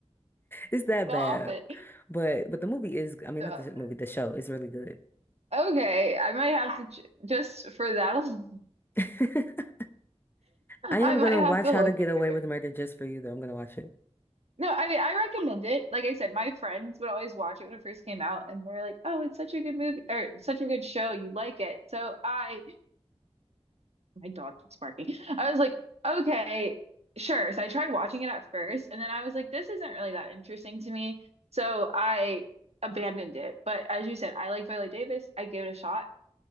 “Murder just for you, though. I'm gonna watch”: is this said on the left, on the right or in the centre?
Left